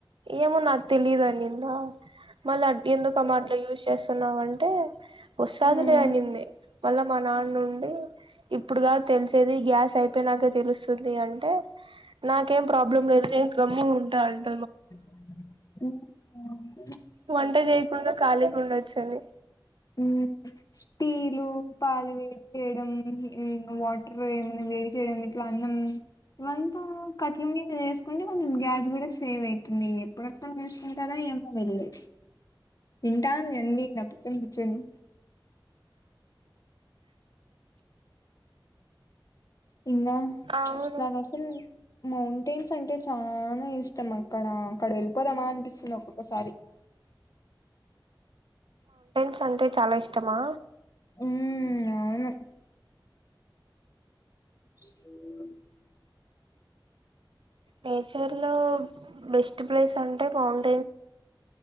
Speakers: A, on the right; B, on the left.
A: ఏమో నాకు తెలియదు అనిందా మల్ల ఎందుకమ్మ అట్లా చూసినవ్ ఎస్తున్నావంటె వస్తాదిలే
B: ఉమ్
A: అనింది మల్ల మా నాన్న ఉండి ఇప్పుడు కాదు తెలిసేది గ్యాస్ అయిపోయినాక తెలుస్తుంది అంటే నాకేం ప్రాబ్లం లేదు నేను గమ్ముగా ఉంటా అంటే
B: అ
A: వంట చేయకుండా కాలిగా ఉండచ్చని
B: ఉమ్ టీలు పాలు వేడి చేయడం వాటర్ ఏమైనా వేడి చేయడం ఇట్లా అన్నం ఇవంతా కట్ల మీద వేసుకుంటే కొంచెం గ్యాస్ కూడా సేవ్ అయిత న్నా ఎప్పుడూ అర్థం చేసుకుంటారో అర్థం చేకుంటారో ఏమో వెళ్లి వింటాంది అన్ని నా పక్కన కు ర్చొని ఇంకా
A: అవును
B: నాకు అసలు మౌంటైన్స్ అంటే చానా ఇష్టం అక్కడ అక్కడ వేలి పోదామా అనిపిస్తుంది ఒక్కొక్క సారి
A: స అంటే చాలా ఇష్టం ఇష్టమా
B: మ్మ్ అవును అఓ
A: నేచర్ లో బెస్ట్ ప్లేస్ అండి మౌంట్